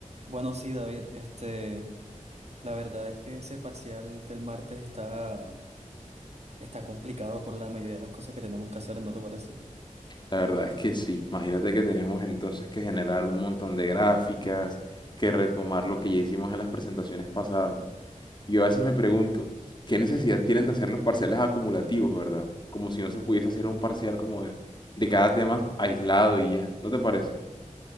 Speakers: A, on the right; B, on the left.
A: Bueno, sí, David, este, la verdad es que ese parcial del martes está, está complicado por la mayoría de las cosas que tenemos que hacer, ¿no te parece?
B: La verdad es que sí. Imagínate que tenemos entonces que generar un montón de gráficas, que retomar lo que ya hicimos en las presentaciones pasadas. Y yo a veces me pregunto, ¿qué necesidad tienen de hacer los parciales acumulativos, verdad? Como si no se pudiese hacer un parcial como de, de cada tema aislado y ya. ¿No te parece?